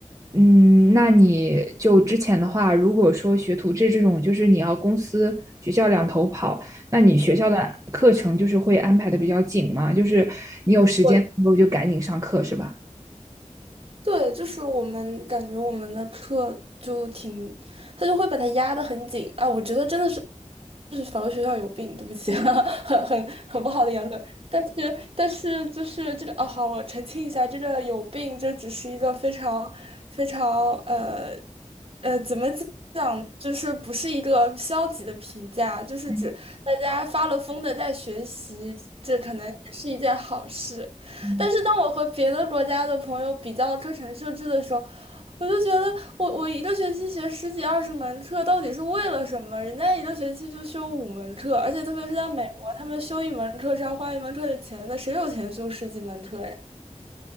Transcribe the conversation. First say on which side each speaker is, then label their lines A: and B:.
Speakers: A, on the right (about 25°); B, on the right (about 50°).
A: 嗯，那你就之前的话，如果说学徒制这种，就是你要公司、学校两头跑，那你学校的课程就是会安排的比较紧吗？就是你有时间的时候就赶紧上课，
B: 我
A: 是吧？
B: 对，就是我们感觉我们的课就挺，他就会把它压得很紧啊。我觉得真的是就是反正学校有病，对不起啊，<laughs> 很很很不好的言论。但是但是就是这个啊，好，我澄清一下，这个有病就只是一个非常非常呃呃怎么就是不是一个消极的评价，就是指大家发了疯的在学习，
A: 嗯
B: 这可能也是一件好事。
A: 嗯。
B: 但是当我和别的国家的朋友比较课程设置的时候，我就觉得我我一个学期学十几二十门课，到底是为了什么？人家一个学期就修五门课，而且特别是在美国，他们修一门课是要花一门课的钱的，谁有钱修十几门课呀？